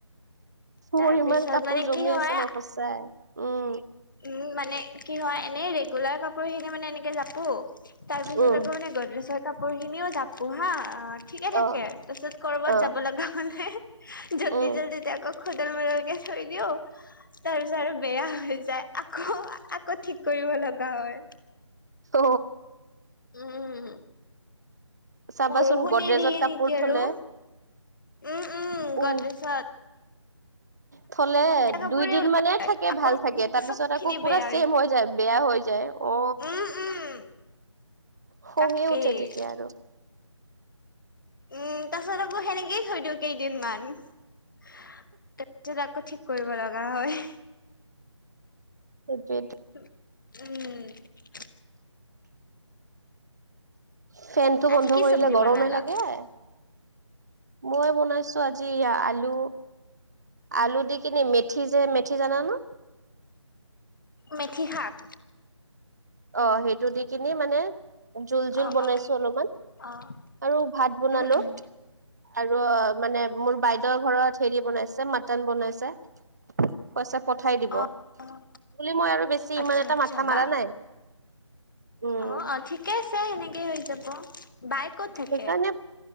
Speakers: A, on the left (about 40°); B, on the right (about 35°).
A: তাৰপিছত
B: মোৰ ইমান কাপোৰ
A: মানে
B: জমি
A: কি হয়
B: আছে ন সঁচাই উম।
A: উম মানে কি হয় এনেই ৰেগুলাৰ কাপোৰ খিনি মানে এনেকে যাপো। তাৰ পিছত
B: উম
A: আকৌ মানে গৰদেজৰ কাপোৰ খিনিও জাপো হা ঠিকে থাকে
B: অ
A: তাৰপিছত কৰবাত
B: অ
A: যাব লগা হলে জল্দি
B: উম
A: জল্দি। আকৌ খদল মদলকে থৈ দিওঁ তাৰপিছত আৰু বেয়া হৈ যায় আকৌ। আকৌ ঠিক কৰিব লগা হয়।
B: হ।
A: উম
B: চাবাচোন
A: বৰষুণে
B: গডৰেজত
A: দিয়ে
B: কাপোৰ
A: নেকি
B: থলে
A: আৰু? উম উম
B: উ
A: গদ্ৰেশত।
B: থলে
A: এটা কাপোৰে
B: দুই দিন মানে থাকে
A: আকৌ
B: ভাল থাকে তাৰ
A: চব
B: পিছত
A: খিনি
B: আকৌ পুৰা
A: বেয়া
B: ছেম হৈ যায়। বেয়া হৈ যায় অ
A: উম উম
B: খঙে
A: তাকেই
B: উঠে তেতিয়া আৰু।
A: উম তাৰ পাছত আকৌ সেনেকেই থৈ দিও কেইদিনমান। তাৰপিছত আকৌ ঠিক কৰিব লগা হয়।
B: <unintelligible>
A: উম
B: ফেনতটো বন্ধ
A: আজি কি
B: কৰিলে
A: চব্জি
B: গৰমে
A: বনালা?
B: লাগে মই বনাইছো। আজি আলু আলু দি কেনে মেথি যে মেথি জানা ন?
A: মেথি হাক।
B: অ সেইটো দি কিনি মানে জোল জোল
A: অ',
B: বনাইছো
A: অ',
B: অলপমান
A: অ',
B: আৰু ভাত বনালো।
A: উম, উম,
B: আৰু মানে মোৰ বাইদেউৰ ঘৰত হেৰি বনাইছে মাটন বনাইছে। পইচা পঠাই দিব
A: অ', অ',
B: বুলি মই আৰু বেছি
A: আচ্ছা,
B: ইমান এটা
A: আচ্ছা
B: মাথা
A: বাহ।
B: মাৰা নাই। উম
A: অ অ ঠিকে আছে সেনেকেই হৈ যাব বাই ক'ত? থাকে?
B: সেইকাৰণে